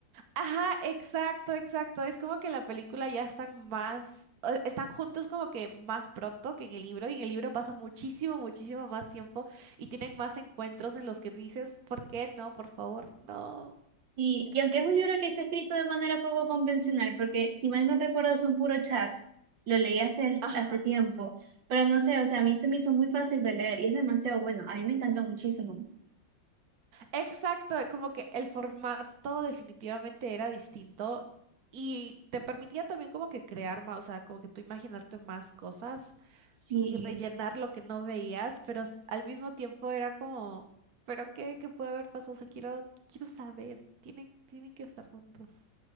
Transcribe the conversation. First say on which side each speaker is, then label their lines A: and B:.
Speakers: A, on the right; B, on the right.
A: Ajá, exacto, exacto. Es como que en la película ya están más, o- están juntos como que más pronto que en el libro, y en el libro pasa muchísimo, muchísimo más tiempo y tienen más encuentros en los que dices, ¿por qué no? Por favor, no.
B: Y, y aunque es un libro que está escrito de manera poco convencional, porque si mal no recuerdo son puros chats, lo leí hace,
A: Ajá,
B: hace tiempo, pero no sé, o sea, a mí se me hizo muy fácil de leer y es demasiado bueno, a mí me encantó muchísimo.
A: exacto, eh, como que el formato definitivamente era distinto y te permitía también como que crear más, o sea, como que tú imaginarte más cosas.
B: Sí,
A: y rellenar lo que no veías, pero s- al mismo tiempo era como, ¿pero qué? ¿Qué puede haber pasado? O sea, quiero, quiero saber. Tienen, tienen que estar juntos.